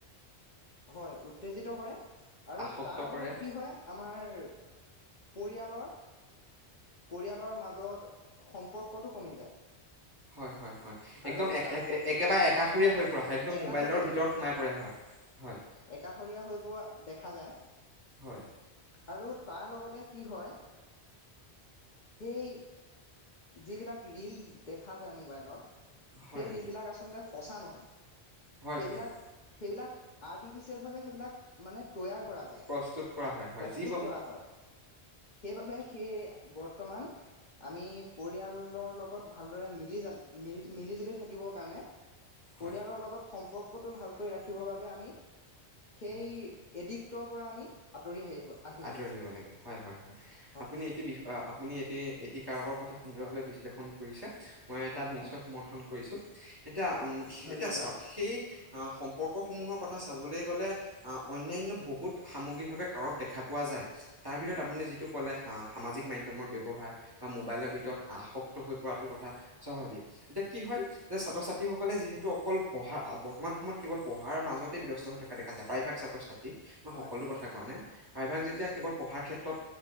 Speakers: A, on the left; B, on the right.
A: হয় উত্তেজিত কৰে আৰু
B: আসক্ত
A: তাৰ
B: কৰে
A: ফলত কি হয় আমাৰ পৰিয়ালৰ পৰিয়ালৰ মাজত সম্পৰ্কটো কমি যায়
B: হয় হয় হয়
A: আৰু
B: একদম
A: তা
B: একেবাৰে একাষৰীয়া হৈ পৰা হয় একদম
A: একাষৰীয়া
B: মবাইলৰ ভিতৰত
A: হৈ
B: সোমাই পৰা হয় হয়
A: একাষৰীয়া হৈ পোৱা দেখা যায়
B: হয়
A: আৰু তাৰ লগতে কি হয় সেই যিবিলাক ৰীল দেখা যায় মোবাইলত
B: হয়
A: সেই ৰিল বিলাক আচলতে কঁচা নহয় সেইবিলাক
B: হয় হয়
A: সেইবিলাক আৰ্টিফিচিয়েলভাৱে সেইবিলাক মানে তৈয়াৰ কৰা যায়
B: প্ৰস্তুত কৰা হয় হয়
A: প্ৰস্তুত
B: যিসমূহ
A: কৰা হয় সেইবাবে সেই বৰ্তমান আমি পৰিয়ালৰ লগত ভালদৰে মিলি জালি মিল মিলিজুলি থাকিবৰ কাৰণে
B: হয়
A: পৰিয়ালৰ লগত সম্পৰ্ক। ফটৌ ভালকৈ ৰাখিবৰ বাবে আমি। সেই
B: হয়
A: এডিকটৰ পৰা আমি আঁতৰি আহিব আহিব
B: আঁতৰি
A: লাগিব।
B: লাগে হয়, হয়, হয়,
A: হয়
B: আপুনি এটি বি আপুনি এ এটি কাৰবাৰ কথা সুন্দৰ। ভাৱে বিশ্লেষণ কৰিছে। মই
A: হয়
B: তাত
A: হয়
B: নিশ্চয় সমৰ্থন কৰিছো এতিয়া উম
A: ধন্যবাদ
B: এতিয়া চাওক সেই। অ সম্পৰ্ক সমূহৰ কথা চাবলৈ গ'লে। আহ অন্যান্নয় বহুত সামগ্ৰিকভাৱে কাৰক দেখা পোৱা যায়। তাৰ ভিতৰত
A: হয়
B: আপুনি যিটো ক'লে হাঁহ। সামাজিক মাধ্য়মৰ ব্যৱ্হাৰ। বা মোবাইলৰ
A: হয়
B: ভিতৰত
A: হয়
B: আসক্তি। হৈ পৰাটো কথা স্বাভাৱিক। এতিয়া কি হয় যে ছাত্ৰ ছাত্ৰী। ব্য সকলে যিহেতু অকল পঢ়া বৰ্তমান সময়ত কেৱল পঢ়াৰ মাজতেই ব্যস্ত হৈ থকা দেখ। প্ৰায়ভাগ ছাত্ৰ ছাত্ৰী। মই
A: হয়
B: সকলোোৰ
A: হয়
B: কথা
A: হয়
B: কোৱা নাই প্ৰায়ভাগ যেতিয়া
A: নিশ্চয়
B: কেৱল পঢ়াৰ ক্ষেত্ৰত।